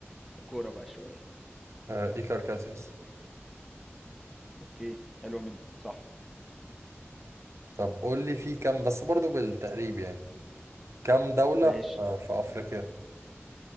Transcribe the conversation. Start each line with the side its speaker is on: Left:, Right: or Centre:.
Centre: كورة بقى شوية
Right: آه ايكار كاسيوس
Centre: أوكي حلوة منك صح
Right: طب قول لي في كام بس برضو بالتقريب يعني كام دولة
Centre: ماشي
Right: في, في أفريقيا؟